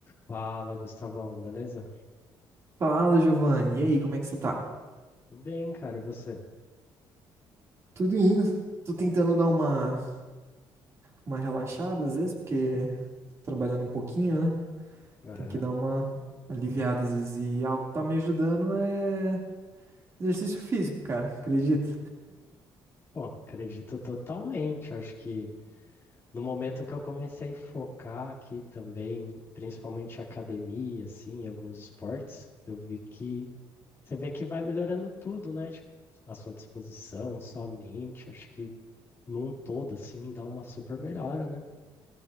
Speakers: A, on the left; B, on the right.
A: Fala, Gustavão, beleza?
B: Fala, Giovanni. E aí, como é que você tá?
A: Tudo bem, cara, e você?
B: Tudo indo. Tô tentando dar uma, uma relaxada às vezes, porque trabalhando um pouquinho, né?
A: Aham.
B: Tem que dar uma aliviada às vezes. E algo que tá me ajudando é exercício físico, cara. Acredita?
A: Pô, acredito totalmente. Acho que no momento que eu comecei a focar aqui também, principalmente academia, assim, e alguns esportes, eu vi que você vê que vai melhorando tudo, né? Tipo, a sua disposição, a sua mente, acho que num todo, assim, dá uma super melhora, né?